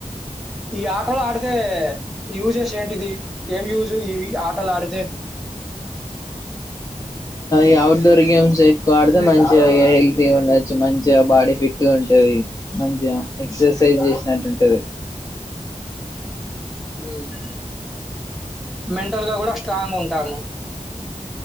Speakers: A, in the centre; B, on the left.
A: ఈ ఆటలు ఆడితే యూజేస్ ఏంటిది ఏం యూస్ ఇవి ఆటలు ఆడితే
B: ఆ అవుట్ డోర్ గేమ్స్ ఎక్కువ ఆడితే మంచిగా హెల్తీగా ఉండొచ్చు మంచిగా బాడీ ఫిట్గా ఉంటది మంచిగా ఎక్సర్సైజ్ చేసినట్టుంటది
A: ఉమ్ మెంటల్ గా కూడా స్ట్రాంగ్ ఉంటాన్నాం